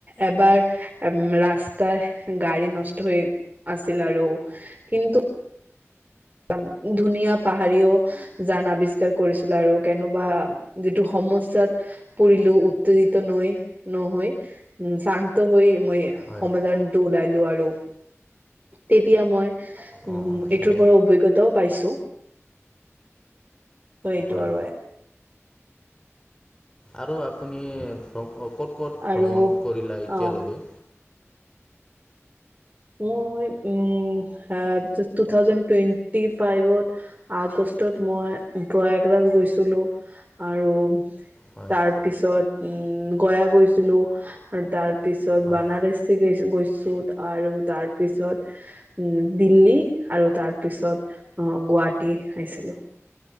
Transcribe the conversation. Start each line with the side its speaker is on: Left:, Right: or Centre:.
Right: এবাৰ এম ৰাস্তাই গাড়ী নষ্ট হৈ আছিল আৰু কিন্তু দম ধুনীয়া পাহাৰিঅ জান আৱিষ্কাৰ কৰিছিলো আৰু কেনোবা যিটো সমস্যাত পৰিলো উত্তেজিত নৈ নহই উ চান্ত হৈ মৈ
Left: হয়
Right: সমাধানটো ওলাই লো আৰু তেতিয়া মই
Left: অঁ
Right: উম
Left: ঠিকেই
Right: এইটোৰ পৰা অভিজ্ঞতাও পাইছো। ত এইটো
Left: হয়
Right: আৰু
Left: আৰু আপুনি ভ্ৰম অ ক'ত ক'ত
Right: আৰু
Left: ভ্ৰমণ কৰিলা এতিয়ালৈকে।
Right: অ মই উ আ টো থাউজেণ্ড টুৱেন্টি ফাইভত আগষ্টত মই প্ৰয়াগৰাজ গৈছিলো আৰু
Left: হয়
Right: তাৰ পিছত উম গয়া গৈছিলো আৰু তাৰ পিছত
Left: হয়
Right: বানাৰাইচ চিগ গৈছ গৈছোঁ আৰু তাৰপিছত উম দিল্লী আৰু তাৰ পিছত অ', গুৱাহাটী আহিছিলো।